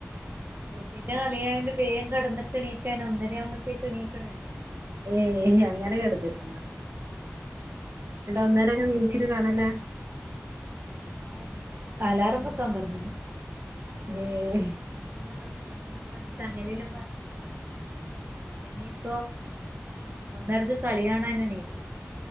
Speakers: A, on the right; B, on the right.
A: ബസീന്റെ കളിയായണ്ട് വേഗം കടന്നിട്ട്ണീക്കാ ൻ ഒന്നരേ ആുമ്പോഴത്തേക്ക് എണീക്കണല്ലോ
B: ഏയ് അങ്ങനെയൊക്കെ എടുത്തിട്ടുണ്ട
A: ആഹ്
B: എന്നിട്ട് ഒന്നേരൊക്കെ
A: അതൊണ്ട്
B: നീച്ചിട്ട് കാണലേ
A: ആ ഒന്നര അലാറം വെക്കാൻ പറിഞ്ഞിനി
B: മം
A: ഞാൻ പറഞ്ഞ വെക്കാ എന്നലും പറഞ്ഞി്ങ്ങനെലും പറഞ്ഞിട്ട് കടന്ന ഇനിയിപ്പോ ഒന്നരക്ക് കളി കാണാൻ നീക്കും